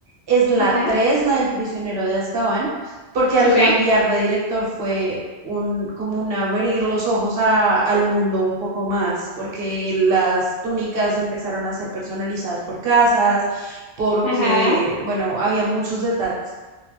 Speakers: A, on the right; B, on the left.
A: es la
B: Ujú,
A: 3, la del prisionero de Azkaban, porque al
B: Ok.
A: cambiar de director fue un, como un abrir los ojos a- al mundo un poco más, porque las túnicas empezaron a ser personalizadas por casas, porque,
B: Ujú.
A: bueno, había muchos detalles